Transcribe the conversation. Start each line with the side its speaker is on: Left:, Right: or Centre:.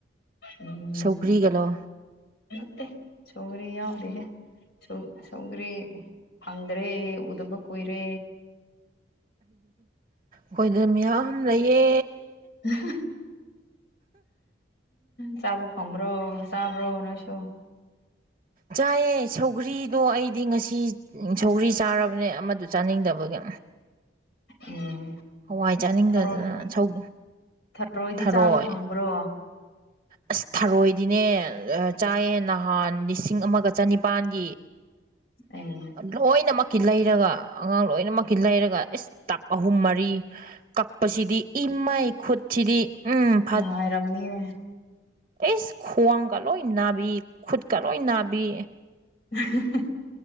Left: ꯎꯝ
Right: ꯁꯧꯒ꯭ꯔꯤꯒꯂꯣ
Left: ꯅꯠꯇꯦ ꯁꯧꯒꯔꯤ ꯌꯥꯎꯗꯦꯍꯦ ꯁꯧ ꯁꯧꯒ꯭ꯔꯤ ꯐꯪꯗ꯭ꯔꯦ ꯎꯗꯕ ꯀꯨꯏꯔꯦ
Right: ꯈꯣꯏꯗ ꯃꯌꯥꯝ ꯂꯩꯌꯦ
Left: <unintelligible> ꯆꯥꯕ ꯐꯪꯕ꯭ꯔꯣ ꯆꯥꯕ꯭ꯔꯣ ꯅꯣꯏꯁꯨ
Right: ꯆꯥꯏꯌꯦ ꯁꯧꯒ꯭ꯔꯤꯗꯣ ꯑꯩꯗꯤ ꯉꯁꯤ
Left: ꯑꯁ
Right: ꯁꯧꯒ꯭ꯔꯤ ꯆꯥꯔꯕꯅꯦ ꯑꯃꯗꯨ ꯆꯥꯅꯤꯡꯗꯕꯒꯤ
Left: ꯎꯝ
Right: ꯍꯋꯥꯏ ꯆꯥꯅꯤꯡꯗꯗꯅ
Left: ꯊꯔꯣꯏ
Right: ꯁꯧ
Left: ꯊꯔꯣꯏꯗꯤ
Right: ꯊꯔꯣꯏ
Left: ꯆꯥꯕ ꯐꯪꯕ꯭ꯔꯣ
Right: ꯑꯁ ꯊꯔꯣꯏꯗꯤꯅꯦ ꯆꯥꯏꯌꯦ ꯅꯍꯥꯟ ꯂꯤꯁꯤꯡ ꯑꯃꯒ ꯆꯅꯤꯄꯥꯟꯒꯤ
Left: ꯎꯝ
Right: ꯂꯣꯏꯅꯃꯛꯀꯤ ꯂꯩꯔꯒ ꯑꯉꯥꯡ ꯂꯣꯏꯅꯃꯛꯀꯤ ꯂꯩꯔꯒ ꯑꯦꯁ ꯇꯕ ꯑꯍꯨꯝ ꯃꯔꯤ ꯀꯛꯄꯁꯤꯗꯤ ꯏꯃꯥꯏ ꯈꯨꯠꯁꯤꯗꯤ ꯎꯝ
Left: ꯅꯨꯡꯉꯥꯏꯔꯝꯅꯤꯌꯦ
Right: ꯏꯁ ꯈꯨꯋꯥꯡꯒ ꯂꯣꯏ ꯅꯥꯕꯤ ꯈꯨꯠꯀ ꯂꯣꯏ ꯅꯥꯕꯤ
Left: <unintelligible>